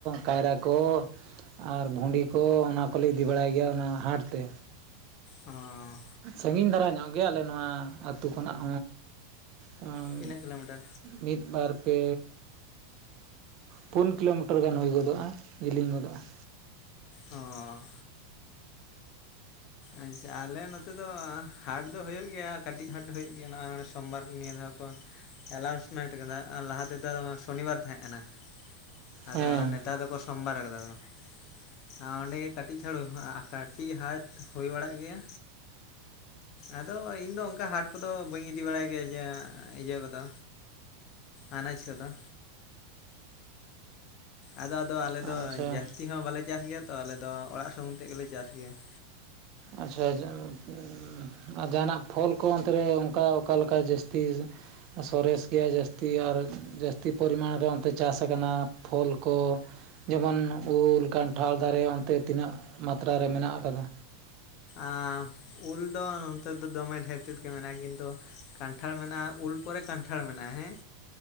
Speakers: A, on the right; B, on the left.
A: ᱠᱟᱭᱨᱟ ᱠᱚ, ᱟᱨ ᱵᱷᱩᱸᱰᱤ ᱠᱚ ᱚᱱᱟ ᱠᱚᱞᱮ ᱤᱫᱤ ᱵᱟᱲᱟᱭ ᱜᱮᱭᱟ ᱚᱱᱟ ᱦᱟᱴᱛᱮ᱾
B: ᱚᱸᱻ᱾
A: ᱥᱟᱺᱜᱤᱧ ᱫᱷᱟᱨᱟ ᱧᱚᱜ ᱜᱮ ᱟᱞᱮ ᱱᱚᱣᱟ ᱟᱹᱛᱩ ᱠᱷᱚᱱᱟᱜ ᱦᱚᱸ,
B: ᱛᱤᱱᱟᱹᱜ ᱠᱤᱞᱳᱢᱤᱴᱟᱨ
A: ᱢᱤᱫ, ᱵᱟᱨ, ᱯᱮ ᱯᱩᱱ ᱠᱤᱞᱳᱢᱤᱴᱟᱨ ᱜᱟᱱ ᱦᱩᱭ ᱜᱚᱫᱚᱜᱼᱟ, ᱡᱮᱞᱤᱧ ᱜᱚᱫᱚᱜᱼᱟ᱾
B: ᱚᱸᱻ᱾ ᱟᱪᱪᱷᱟ ᱟᱞᱮ ᱱᱚᱛᱮ ᱫᱚ ᱦᱟᱴ ᱫᱚ ᱦᱳᱭᱳᱜ ᱜᱮᱭᱟ ᱠᱟᱹᱴᱤᱡ ᱦᱟᱴ ᱫᱚ ᱦᱳᱭᱳᱜ ᱜᱮᱭᱟ ᱱᱚᱜᱼᱚᱭ ᱱᱚᱰᱮ ᱥᱚᱢᱵᱟᱨ ᱱᱤᱭᱟᱹ ᱫᱷᱟᱣ ᱠᱚ ᱮᱞᱟᱣᱩᱥᱢᱮᱱᱴ ᱠᱟᱫᱟ, ᱟᱨ ᱞᱟᱦᱟ ᱛᱮᱫᱚ ᱥᱚᱱᱤᱵᱟᱨ ᱛᱟᱦᱮᱸᱜ ᱠᱟᱱᱟ᱾ ᱟᱫᱚ
A: ᱦᱮᱸ
B: ᱱᱮᱛᱟᱨ ᱫᱚᱠᱚ ᱥᱳᱢᱵᱟᱨ ᱟᱠᱟᱫᱟ ᱠᱚ᱾ ᱟᱸ ᱚᱸᱰᱮᱜᱮ ᱠᱟᱹᱴᱤᱡ ᱪᱷᱟᱹᱲᱳ <inaudible> ᱠᱟᱹᱴᱤᱡ ᱦᱟᱴ ᱦᱳᱭ ᱵᱟᱲᱟᱜ ᱜᱮᱭᱟ, ᱟᱫᱚ ᱤᱧ ᱫᱚ ᱚᱝᱠᱟ ᱦᱟᱴ ᱠᱚᱫᱚ ᱵᱟᱹᱧ ᱤᱫᱤ ᱵᱟᱲᱟᱭ ᱜᱮᱭᱟ ᱡᱟ ᱤᱭᱟᱹ ᱠᱚᱫᱚ ᱟᱱᱟᱡᱽ ᱠᱚᱫᱚ ᱟᱫᱚ ᱟᱫᱚ ᱟᱞᱮ
A: ᱟᱪᱪᱷᱟ
B: ᱫᱚ ᱡᱟᱹᱥᱛᱤ ᱦᱚᱸ ᱵᱟᱞᱮ ᱪᱟᱥ ᱜᱮᱭᱟ ᱛᱚ ᱟᱞᱮ ᱫᱚ ᱚᱲᱟᱜ ᱥᱩᱢᱩᱝ ᱛᱮᱫ ᱜᱮᱞᱮ ᱪᱟᱥ ᱜᱮᱭᱟ ᱾
A: ᱟᱪᱪᱷᱟ <unintelligible> ᱦᱩᱸ ᱟᱨ ᱡᱟᱦᱟᱱᱟᱜ ᱯᱷᱚᱞ ᱠᱚ ᱚᱱᱛᱮᱨᱮ ᱚᱱᱠᱟ ᱚᱠᱟ ᱞᱮᱠᱟ ᱡᱟᱹᱥᱛᱤ ᱥᱚᱨᱮᱥ ᱜᱮᱭᱟ ᱡᱟᱹᱥᱛᱤ ᱟᱨ ᱡᱟᱹᱥᱛᱤ ᱯᱚᱨᱤᱢᱟᱱ ᱨᱮ ᱚᱱᱛᱮ ᱪᱟᱥ ᱟᱠᱟᱱᱟ ᱾ ᱯᱷᱚᱞ ᱠᱚ ᱡᱮᱢᱚᱱ ᱩᱞ ᱠᱟᱱᱴᱷᱟᱲ ᱫᱟᱨᱮ ᱚᱱᱛᱮ ᱛᱤᱱᱟᱹᱜ ᱢᱟᱛᱨᱟ ᱨᱮ ᱢᱮᱱᱟᱜ ᱟᱠᱟᱫᱟ?
B: ᱟᱨ ᱩᱞ ᱫᱚ ᱱᱚᱱᱛᱮ ᱫᱚ ᱫᱚᱢᱮ ᱰᱷᱮᱨ ᱛᱮᱫ ᱜᱮ ᱢᱮᱱᱟᱜᱼᱟ ᱾ ᱠᱤᱱᱛᱩ ᱠᱟᱱᱴᱷᱟᱲ ᱢᱮᱱᱟᱜᱼᱟ ᱩᱞ ᱯᱚᱨᱮ ᱠᱟᱱᱴᱷᱟᱲ ᱢᱮᱱᱟᱜᱼᱟ ᱾ ᱦᱮᱸ